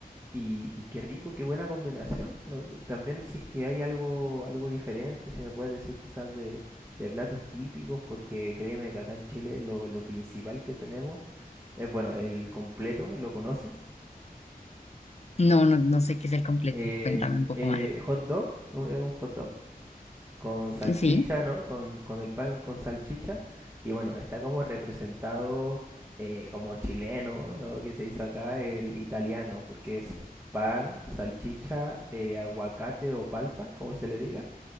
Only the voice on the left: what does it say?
No, no, no sé qué es el completo.
Cuéntame un poco
más.
Sí,